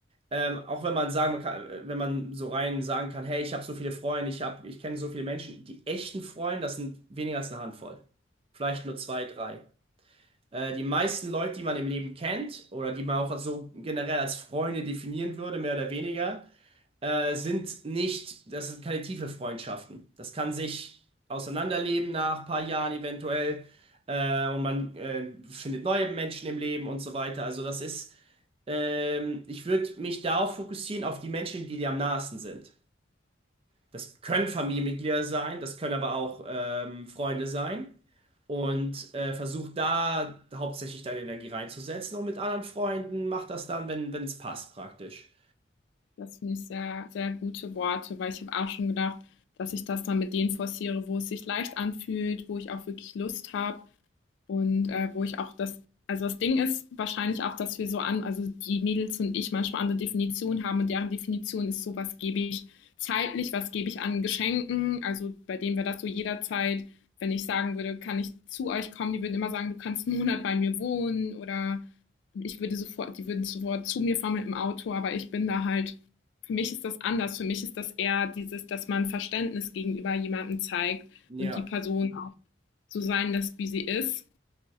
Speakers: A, on the right; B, on the left.
A: ähm, auch wenn man sagen man kann, äh, wenn man so rein sagen kann, hey, ich habe so viele Freunde, ich habe, ich kenne so viele Menschen, die echten Freunde, das sind weniger als eine Handvoll. Vielleicht nur zwei, drei. Äh, die meisten Leute, die man im Leben kennt oder die man auch so generell als Freunde definieren würde, mehr oder weniger, äh, sind nicht, das sind keine tiefe Freundschaften. Das kann sich auseinanderleben nach ein paar Jahren eventuell äh, und man äh, findet neue Menschen im Leben und so weiter. Also das ist, ähm, ich würde mich darauf fokussieren, auf die Menschen, die dir am nahesten sind. Das können Familienmitglieder sein, das können aber auch ähm, Freunde sein. Und äh, versuch da hauptsächlich deine Energie reinzusetzen und mit anderen Freunden mach das dann, wenn wenn es passt, praktisch.
B: Das finde ich sehr, sehr gute Worte, weil ich habe auch schon gedacht, dass ich das dann mit denen forciere, wo es sich leicht anfühlt, wo ich auch wirklich Lust habe. Und äh, wo ich auch das, also das Ding ist wahrscheinlich auch, dass wir so an, also die Mädels und ich manchmal andere Definitionen haben und deren Definition ist so, was gebe ich zeitlich, was gebe ich an Geschenken, also bei denen wäre das so jederzeit, wenn ich sagen würde, kann ich zu euch kommen, die würden immer sagen, du kannst einen Monat bei mir wohnen oder ich würde sofort, die würden sofort zu mir fahren mit dem Auto, aber ich bin da halt, für mich ist das anders, für mich ist das eher dieses, dass man Verständnis gegenüber jemandem zeigt
A: Ja,
B: und die Person auch so sein lässt, wie sie ist